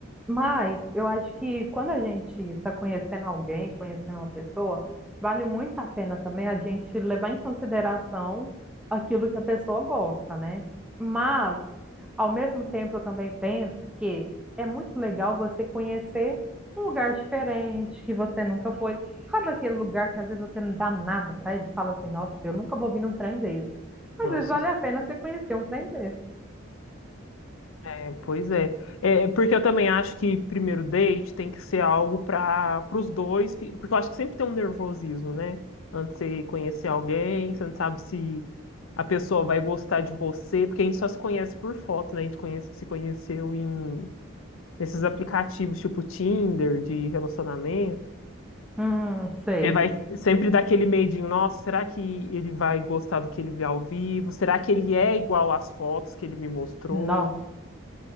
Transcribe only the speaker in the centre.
Mas eu acho que quando a gente está conhecendo alguém, conhecendo uma pessoa, vale muito a pena também a gente levar em consideração aquilo que a pessoa gosta, né? Mas, ao mesmo tempo, eu também penso que é muito legal você conhecer um lugar diferente que você nunca foi. Sabe aquele lugar que às vezes você não dá nada para ele, fala assim, nossa, eu nunca vou vir num trem desse. Às
vezes vale a pena você conhecer um trem desse.
Hum, sei.
Não.